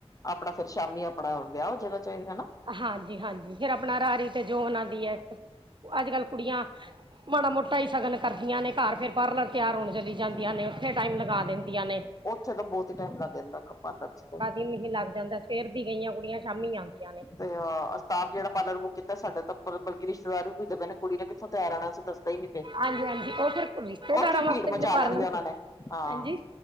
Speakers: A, on the left; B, on the right.
A: ਆਪਣਾ ਫਿਰ ਸ਼ਾਮੀ ਆਪਣਾ ਵਿਆਹ ਜਿਆਦਾ ਚਾਹੀਦਾ ਨਾ।
B: ਹਾਂਜੀ-ਹਾਂਜੀ ਫਿਰ ਆਪਣਾ ਰਾਰੀ ਤੇ ਜੋ ਉਹਨਾਂ ਦੀ ਹੈ ਅੱਜ ਕੱਲ ਕੁੜੀਆਂ ਮਾੜਾ ਮੋਟਾ ਹੀ ਸ਼ਗਨ ਕਰਦੀਆਂ ਨੇ ਘਰ ਫੇਰ ਪਾਰਲਰ ਤਿਆਰ ਹੋਣ ਚਲੀ ਜਾਂਦੀਆਂ ਨੇ ਉੱਥੇ ਟਾਈਮ ਲਗਾ ਦਿੰਦੀਆਂ ਨੇ
A: ਉੱਥੇ ਤਾਂ ਬਹੁਤ ਹੀ ਟਾਈਮ ਲੱਗ ਜਾਂਦਾ ਪਾਲਰ ਚ ਤੇ।
B: ਨਹੀਂ ਲੱਗ ਜਾਂਦਾ, ਸਵੇਰ ਦੀ ਗਈਆਂ ਕੁੜੀਆਂ ਸ਼ਾਮੀ ਆਉਂਦੀਆਂ। ਨੇ
A: ਤੇ ਅਸਤਾਫਿਹੜ ਪਾਲਰ ਬੁੱਕ ਕੀਤਾ ਸੀ ਸਾਡਾ ਤਾਂ ਬਲਕਿ ਰਿਸ਼ਤੇਦਾਰ ਵੀ ਪੁੱਜਦਾ ਮ ਕੁੜੀ ਨੇ ਕਿੱਥੋਂ ਤਿਆਰ ਆਣਾ ਅਸੀਂ ਦੱਸ ਹੀ ਨ ਤੇ
B: ਹਾਂਜੀ ਹਾਂਜੀ ਉਹ ਫਿਰ ਰਿਸ਼ਤੇਦਾਰਾਂ
A: ਉੱਥੇ
B: ਵਾਸਤੇ
A: ਭੀੜ
B: ਵੀ
A: ਮਚਾ
B: ਤੇ ਪਾਰਲਰ
A: ਲੈਣਗੇ ਉਹਨਾਂ ਨੇ ਹਾਂ।
B: ਹਾਂਜੀ